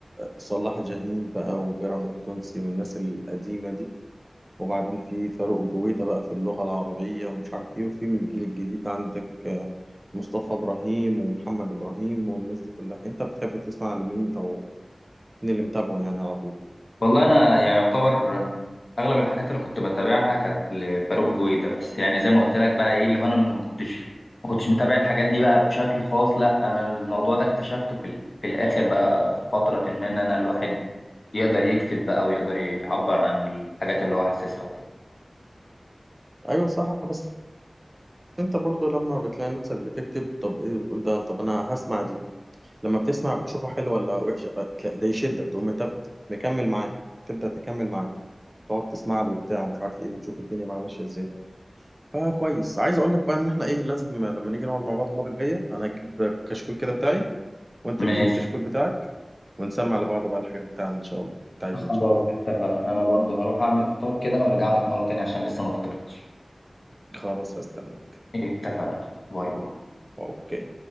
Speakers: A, on the right; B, on the left.
A: صلاح جاهين بقى وبيراميد التونسي والناس القديمة دي وبعدين في فاروق جويدة بقى في اللغة العربية ومش عارف إيه وفي من الجيل الجديد عندك مصطفى إبراهيم ومحمد إبراهيم والناس دي كلها أنت بتحب تسمع لمين أو مين اللي متابعه يعني على طول
B: والله انا يعني يعتبر اغلب الحاجات اللي كنت بتابعها كانت لفاروق جويدة بس يعني زي ما قلت لك بقى ايه اللي هو انا ما كنتش ما كنتش متابع الحاجات دي بقى بشكل خاص لا انا الموضوع ده اكتشفته في ال- في الاخر بقى في فترة ما ان انا الواحد يقدر يكتب بقى ويقدر يعبر عن الحاجات اللي هو حاسسها وكده
A: أيوة صح بس انت برضه لما بتلاقي نفسك بتكتب طب ايه بتقول ده طب انا هسمع دي لما بتسمع بتشوفها حلوه ولا وحشه فتلاقي ده يشدك تقوم انت مكمل معاه تبدا تكمل معاه تقعد تسمع له وبتاع ومش عارف ايه وتشوف الدنيا معاه ماشيه ازاي فكويس عايز اقول لك بقى ان احنا ايه لازم لما نيجي نقعد مع بعض المره الجايه انا هجيب كشكول كده بتاعي وانت
B: ماشي
A: تجيب الكشكول بتاعك ونسمع لبعض بقى الحاجات بتاعنا ان شاء الله بتاعتنا
B: خلاص
A: ان شاء الله
B: اتفقنا انا برضه هروح اعمل فطار كده وارجع لك مرة تانية عشان لسه ما فطرتش
A: خلاص هستناك
B: اتفقنا باي باي
A: اوكي